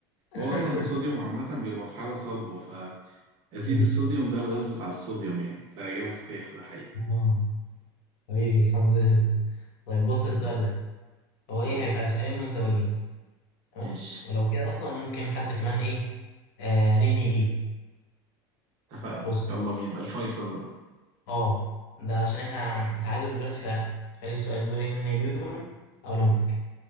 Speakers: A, on the left; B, on the right.
A: <laughs>
B: هو أصلا الصوديوم عامة بيبقى في حالة صلبة أزيد
A: مم.
B: الصوديوم ده الغاز بتاع الصوديوم يعني فإجابة صحيحة ده حقيقي
A: اه حبيبي الحمد لله طيب بص السؤال
B: الحمد لله
A: ده هو
B: قول
A: ايه
B: لي
A: هيبقى سؤالين مزدوجين تمام
B: ماشي
A: ولو كده اصلا ممكن حتى كمان ايه آه ننهي بيهم
B: اتفقنا
A: بص
B: يلا بينا الفيصل بقى
A: اه ده عشان احنا تعادل دلوقتي فخلي السؤالين دول ننهي بيهم اقولهم لك